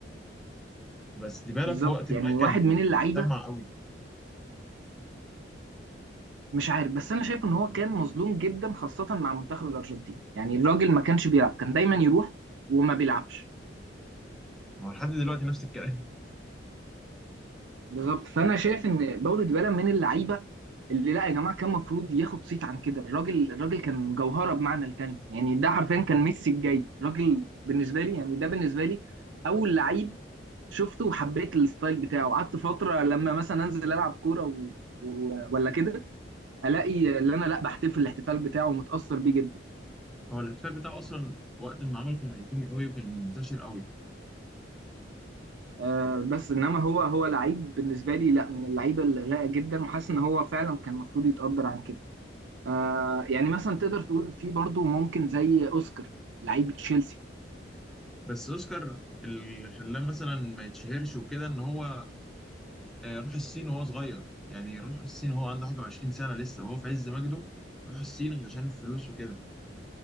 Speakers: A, in the centre; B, on the right.
A: بس ديبالا
B: بالظبط
A: في وقت
B: يعني
A: ما
B: واحد
A: كان
B: من اللعيبه
A: سمع قوي
B: مش عارف بس انا شايف ان هو كان مظلوم جدا خاصه مع منتخب الارجنتين يعني الراجل ما كانش بيلعب كان دايما يروح وما بيلعبش
A: هو لحد دلوقتي نفس الكلام
B: بالظبط فانا شايف ان باولو ديبالا من اللعيبه اللي لا يا جماعه كان المفروض ياخد صيت عن كده الراجل الراجل كان جوهره بمعنى الكلمه يعني ده حرفيا كان ميسي الجاي الراجل بالنسبه لي يعني ده بالنسبه لي اول لعيب شفته وحبيت الستايل بتاعه قعدت فتره لما مثلا انزل العب كوره و... و... ولا كده الاقي اللي انا لا بحتفل الاحتفال بتاعه ومتاثر بيه جدا
A: هو الاحتفال بتاعه اصلا وقت ما عمله كان ايقوني قوي وكان منتشر قوي
B: أه بس انما هو هو لعيب بالنسبه لي لا من اللعيبه الرايقه جدا وحاسس ان هو فعلا كان المفروض يتقدر عن كده أه يعني مثلا تقدر تقول في برضه ممكن زي اوسكار لعيب تشيلسي
A: بس اوسكار اللي خلاه مثلا ما يتشهرش وكده ان هو آه، راح الصين وهو صغير يعني راح الصين وهو عنده حاجه 20 سنه لسه وهو في عز مجده راح الصين عشان الفلوس وكده